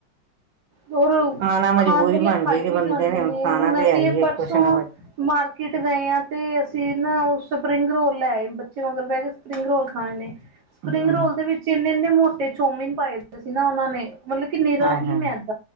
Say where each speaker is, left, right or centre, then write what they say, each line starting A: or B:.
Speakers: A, on the right; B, on the right.
A: ਹੋਰ
B: ਖਾਣਾ ਮਜਬੂਰੀ
A: ਖਾਣ ਵੇਲੇ
B: ਬਣ
A: ਖਾਈ
B: ਗਈ ਦੀ
A: ਵੀ
B: ਬੰਦੇ
A: ਜਾਂਦੇ ਨੇ,
B: ਖਾਣਾ
A: ਹੁਣ
B: ਤੇ
A: ਅਸੀਂ
B: ਹੈ ਹੀ
A: ਏ ਪਰਸੋਂ
B: ਕੁਛ ਨਾ ਕੁਛ
A: ਮਾਰਕੀਟ ਗਏ ਆਂ ਤੇ ਅਸੀਂ ਨਾ ਓ ਸਪਰਿੰਗ ਰੋਲ ਲੈ ਏ, ਬੱਚੇ ਮਗਰ ਪੈ ਗੇ। ਸਪਰਿੰਗ ਰੋਲ ਖਾਣੇ ਨੇ। ਸਪਰਿੰਗ
B: ਹੂੰ
A: ਰੋਲ ਦੇ ਵਿੱਚ ਏਨੇ-ਏਨੇ ਮੋਟੇ ਚੋਮਿਨ ਪਾਏ ਦੇ ਸੀ ਨਾ ਓਨਾਂ ਨੇ, ਮਲਬ ਕੇ ਨਿਰਾ
B: ਹਾਏ
A: ਹੀ
B: ਹਾਏ
A: ਮੈਦ-